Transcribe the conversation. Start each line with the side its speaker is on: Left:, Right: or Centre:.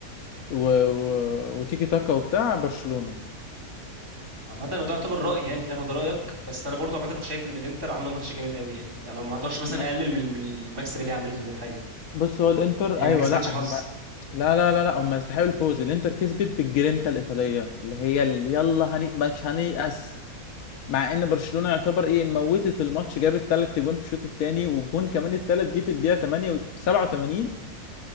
Left: و... و... وتيكي تاكا وبتاع برشلونة
Right: عامة إنه ده يعتبر رأي يعني في الآخر ده رأيك بس أنا برضو عامة كنت شايف إن الإنتر عاملة ماتش جامد قوي يعني يعني ما أقدرش مثلا
Left: ما-
Right: أقلل من من المكسب اللي هي عملته ده بحاجة
Left: بص هو الانتر
Right: هي
Left: ايوه
Right: ما كسبتش
Left: لا
Right: حظ
Left: لا لا لا لا هم يستحقوا الفوز الانتر كسبت بالجرينتا الايطاليه اللي هي اللي يلا هني مش هنيأس مع ان برشلونه يعتبر ايه موتت الماتش جابت ثلاث جون في الشوط الثاني والجون كمان الثالث جه في الدقيقه 8 و 87